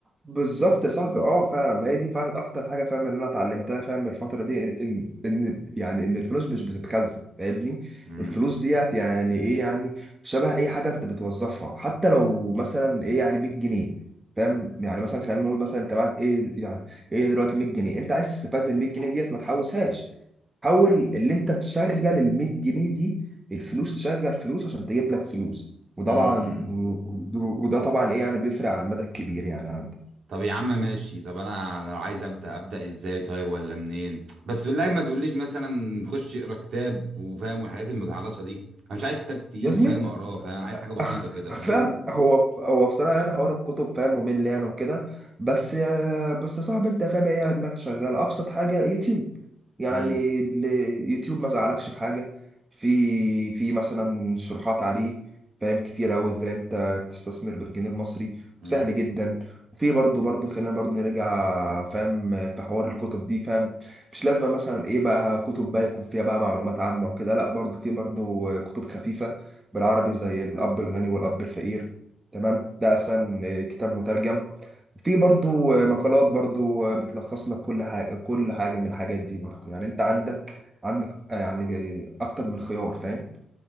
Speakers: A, on the right; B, on the right.
A: بالظبط يا صاحبي اه فعلا ما هي دي فعلا اكتر حاجه فاهم اللي انا اتعلمتها فاهم من الفتره دي ان ان يعني ان الفلوس مش بتتخزن فاهمني
B: امم
A: الفلوس ديت يعني ايه يعني شبه اي حاجه انت بتوظفها حتى لو مثلا ايه يعني 100 جنيه فاهم يعني مثلا خلينا نقول مثلا انت معاك ايه يعني ايه دلوقتي 100 جنيه انت عايز تستفاد من ال 100 جنيه ديت ما تحوشهاش حاول اللي انت تشغل ال 100 جنيه دي الفلوس تشغل فلوس عشان تجيب لك فلوس وطبعا
B: امم
A: و- و- وده طبعا ايه يعني بيفرق على المدى الكبير يعني عندك
B: طب يا عم ماشي طب انا انا عايز ابدا ابدا ازاي طيب ولا منين بس بالله ما تقوليش مثلا خش اقرا كتاب وفاهم والحاجات المجعلصه دي انا مش عايز كتاب تقيل
A: يا زميلي
B: فاهم اقراه فاهم انا عايز حاجه بسيطه
A: <laughs>
B: كده فاهم
A: فعلا هو هو بصراحه يعني حوار الكتب فاهم ممل يعني وكده بس يا بس يا صاحبي انت فاهم ايه يعني دماغك شغاله ابسط حاجه يوتيوب يعني
B: امم
A: ال- يوتيوب ما زعلكش في حاجه في في مثلا شروحات عليه فاهم كتير قوي ازاي انت تستثمر بالجنيه المصري
B: امم
A: وسهل جدا وفي برضه برضه خلينا برضه نرجع فاهم في حوار الكتب دي فاهم مش لازم مثلا ايه بقى كتب بقى يكون فيها بقى معلومات عامه وكده لا برضه في برضه كتب خفيفه بالعربي زي الأب الغني والأب الفقير تمام ده أحسن آه، كتاب مترجم في برضو آه، مقالات برضو آه، بتلخص لك كل حاجة كل حاجة من الحاجات دي برضو يعني أنت عندك عندك آه، يعني آه، أكتر من خيار فاهم